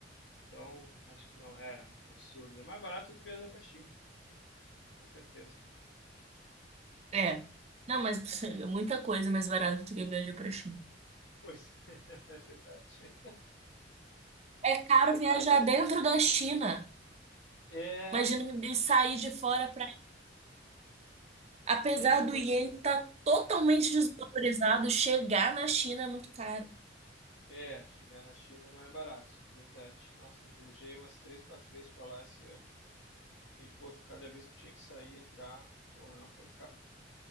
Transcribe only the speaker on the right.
É. Não, mas <laughs> é muita coisa mais barata do que viajar pra China.
É caro
viajar dentro da China.
Imagina de sair de fora para. Apesar
do iene estar totalmente desvalorizado, chegar na China é muito caro.